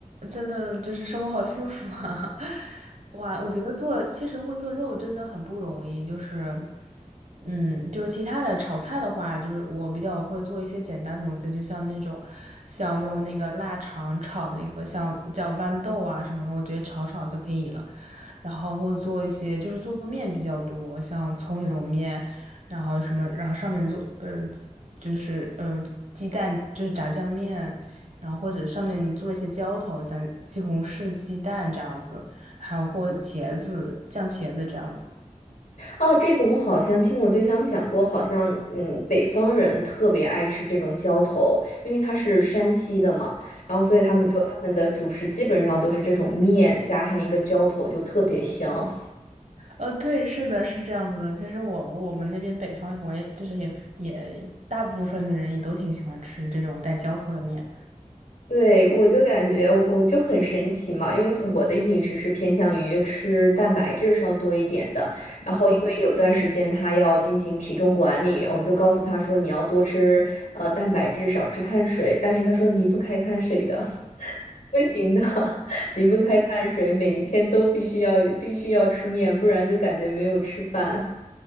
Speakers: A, on the right; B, on the left.
A: 真的就是生活好幸福啊！<laughs> 哇，我觉得做其实会做肉真的很不容易，就是。嗯，就是其他的炒菜的话，就是我比较会做一些简单的东西，就像那种，像用那个腊肠炒那个像叫豌豆啊什么的，我直接炒炒就可以了。然后或者做一些就是做面比较多，像葱油面，然后什么，然后上面做呃就是呃鸡蛋就是炸酱面，然后或者上面做一些浇头，像西红柿鸡蛋这样子，还有或茄子酱茄子这样子。
B: 哦，这个我好像听我对象讲过，好像嗯，北方人特别爱吃这种浇头，因为他是山西的嘛，然后所以他们说他们的主食基本上都是这种面加上一个浇头，就特别香。
A: 呃，对，是的，是这样子的。其实我我们那边北方，我也就是也也大部分的人也都挺喜欢吃这种带浇头的面。
B: 对，我就感觉我就很神奇嘛，因为我的饮食是偏向于吃蛋白质稍多一点的，然后因为有段时间他要进行体重管理，
A: 嗯，
B: 然后我就告诉他说你要多吃呃蛋白质，少吃碳水，但是他说离不开碳水的，<laughs> 不行的，<laughs> 离不开碳水，
A: 对，
B: 每一天都必须要必须要吃面，不然就感觉没有吃饭。